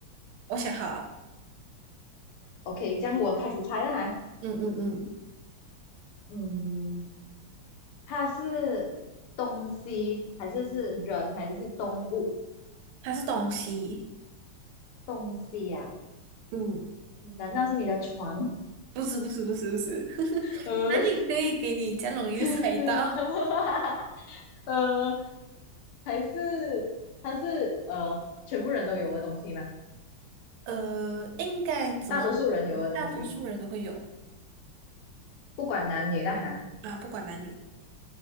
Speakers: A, on the right (about 85°); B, on the left (about 85°).
A: 我想好了，
B: OK，这样我开始猜了哈。
A: 嗯嗯嗯
B: 嗯，它是东西还是是人还是是动物？
A: 它是东西，
B: 东西呀、
A: 嗯，
B: 难道是你的床？
A: 不是不是不是不是，<laughs>
B: 呃，
A: 哪里可以给你这样容易就猜到？
B: <laughs> 呃，还是它是呃全部人都有的东西嘛，
A: <laughs> 呃，应该怎么说呢？
B: 大多数人有的东西，
A: 大多数人都会有
B: 不管男女啦哈。
A: 啊，不管男女。